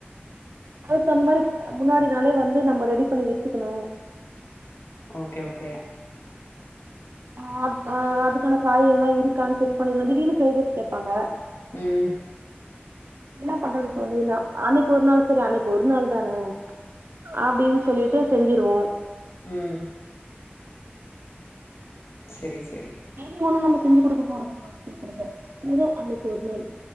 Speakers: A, on the right; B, on the left.
A: அதுக்கு அந்த மாரி முன்னாடினாளே வந்து நம்ம ரெடி பண்ணி வச்சுக்கணு
B: ஓகே ஓகே
A: ஆ ஆ அதுக்கான காய் எல்லா இருக்கான்னு செக் பண்ணிக்கிறது திடிர்னு ஃப்ரை ரைஸ் கேப்பாங்க
B: ம்
A: என்ன பண்றது தோழி நா அன்னைக்கொரு நாள் செரி அன்னைக்கு ஒரு நாள் தான அப்டின் சொல்லிட்டு செஞ்சிருவோ
B: ம் செரி செரி
A: யு ஒன்னு நம்ம செஞ்சு குடுக்க போறதில்ல அவ கேக்குறத ஏதோ அன்னைக்கு ஒரு நாள்